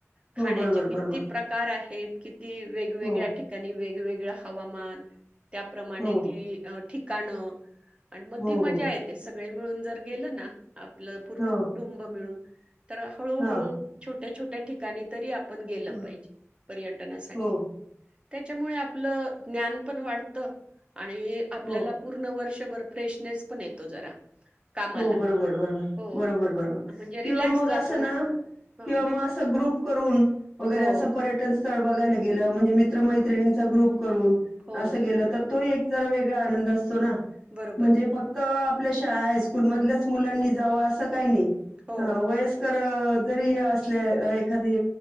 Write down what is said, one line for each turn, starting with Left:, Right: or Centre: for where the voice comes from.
Right: खाण्याचे
Centre: हो बरोबर
Right: किती
Centre: बरोबर
Right: प्रकार आहे. <unintelligible> ती वेगवेगळ्या
Centre: हो
Right: ठिकाणी वेगवेग वेगळ हवामान. त्याप्रमाणे
Centre: हो
Right: ती अट ठिकाणं. आणि मग
Centre: हो
Right: ती मजा
Centre: हो
Right: येते सग ळे मिळून जर गेलं ना. आपलं पूर्ण
Centre: हो
Right: कुटुंब मिळून. तर हळूहळू
Centre: हा
Right: छोट त्या छोट्या ठिकाणी तरी आप पण गेलं
Centre: हो
Right: पाहिजे. पर्यटनासाठी.
Centre: हो
Right: त्याच्यामुळे आपलं ज्ञान पण वाढत. आणि आपल्याला
Centre: हो
Right: पूर्ण वर्ष दिवसभर फ्रेशनेस पन येतो जरा. कामाला.
Centre: हो बरोबर बरोबर
Right: हो.
Centre: बरोबर बरोबर
Right: म्हणजे रिलॅक्स
Centre: किंवा मग
Right: जातो
Centre: असं ना
Right: आपण. हां.
Centre: किंवा मग असं ग्रुप करून वगैरे
Right: हो,
Centre: असं पर्यटन स्थळ बघायला गेलं म्हणजे मित्र मैत्रणींचा ग्रुप करून
Right: हो.
Centre: अस गेलं तर तो हि एक जरा वेगळा आनंद असतो ना.
Right: बरोबर.
Centre: म्हणजे फक्त अं आपल्या शाळा स्कूलमधल्याच मुलांनी जावं असं काही नाही.
Right: हो,
Centre: हा वयस्कर स्री असल एखादी